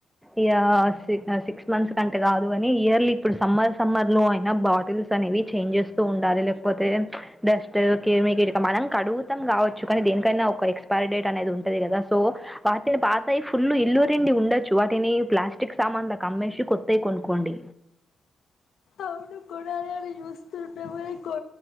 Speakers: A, in the centre; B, on the left.
A: ఇగ నా సిక్స్. సిక్స్ మంత్స్ కంటే కాదు కానీ ఇయర్లీ ఇప్పుడు సమ్మర్ సమ్మర్ లో అయినా బాటిల్స్ అనేవి చేంజెస్తూ ఉండాలి లేకపోతే. పోతే డస్ట్ కిమి కటకం మనం కడుగుతం కావోచ్. కానీ దేనికైనా ఒక ఎక్స్పైరీ డేట్ అనేది ఉంటది కదా సో వాటిని పాతయి ఫుల్ ఇల్లుూరిండి ఉండ. చు వాటిని ప్లాస్టిక్ సామాన్ లకి అమ్మేసి కొత్తయి కొనుకోండి.
B: అవును కొనాలి అని చూస్తుంట పో